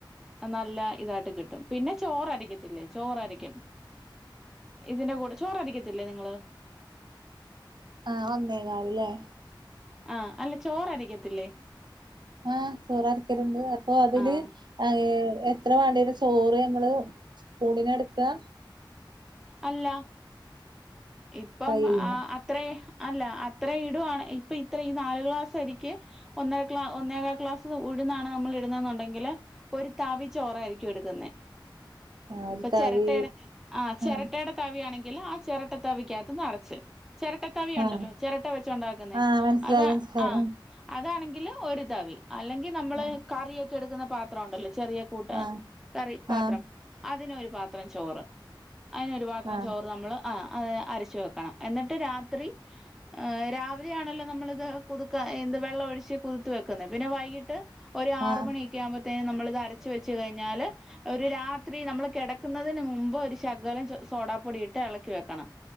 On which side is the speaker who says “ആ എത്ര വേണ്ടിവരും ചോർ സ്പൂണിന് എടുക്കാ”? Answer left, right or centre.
Right